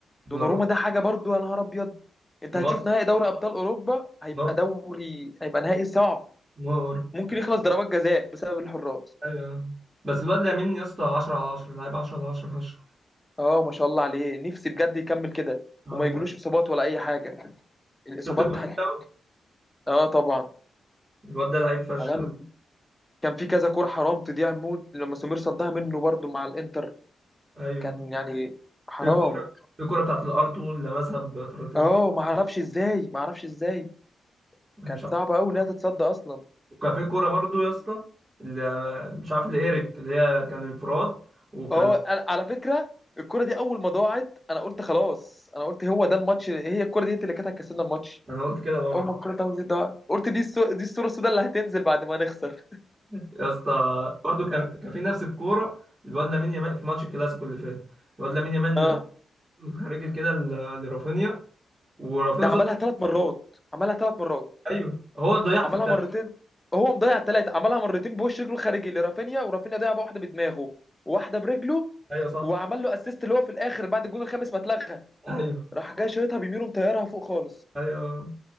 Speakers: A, on the right (about 35°); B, on the left (about 15°).
A: دوناروما
B: دوناروما ده حاجه برضو يا نهار ابيض انت
A: في الماتش
B: هتشوف نهائي دوري ابطال اوروبا هيبقى
A: نار
B: دوري هيبقى نهائي صعب
A: نار
B: ممكن يخلص ضربات جزاء بسبب الحراس
A: ايوه بس الواد لامين يا اسطى 10 على 10 لعيب 10 على 10 فشخ
B: اه ما شاء الله عليه نفسي بجد يكمل كده
A: انا
B: وما
A: كان
B: يجيلوش اصابات ولا اي حاجه الاصابات
A: شفت الجون
B: هت...
A: بتاعه
B: <laughs> اه طبعا
A: الواد ده لعيب فشخ
B: عالمي كان في كذا كوره حرام تضيع مود لما سمير صدها منه برضو مع الانتر
A: ايوه
B: كان يعني حرام
A: في كوره في كوره بتاعت الار 2 لمسها بطراطيف
B: اه ما اعرفش ازاي ما اعرفش ازاي
A: أنا
B: كانت
A: مش
B: صعبه قوي انها تتصد اصلا
A: وكان في كوره برضو يا اسطى اللي مش عارف لإيريك اللي هي كان انفراد وكان
B: اه أنا- على فكره الكره دي اول ما ضاعت انا قلت خلاص انا قلت هو ده الماتش هي الكره دي اللي كانت هتكسبنا الماتش
A: انا قلت كده برضو
B: اول ما الكره بتاعته دي ضاعت قلت دي الصو... دي الصوره السوداء اللي هتنزل بعد ما نخسر
A: يا اسطى برضو كان كان في نفس الكوره الواد لامين يامال في ماتش الكلاسيكو اللي فات الواد لامين يامال
B: اه
A: خارج كده ل- لرافينيا ورافينيا
B: ده
A: صد
B: عملها ثلاث مرات عملها ثلاث مرات
A: ايوه هو اللي ضيعها
B: عملها
A: في التلاته
B: مرتين هو مضيع الثلاثه عملها مرتين بوش رجله الخارجي لرافينيا ورافينيا ضيع واحده بدماغه وواحده برجله
A: ايوه صح
B: وعمل له اسيست اللي هو في الاخر بعد الجون الخامس ما اتلغى
A: ايوه
B: راح جاي شايطها بيمينه مطيرها فوق خالص
A: ايوه